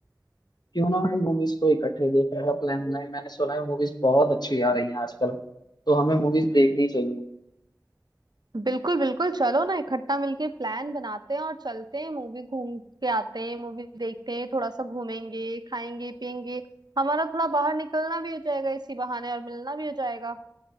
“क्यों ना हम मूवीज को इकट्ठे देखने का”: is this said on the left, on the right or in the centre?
Left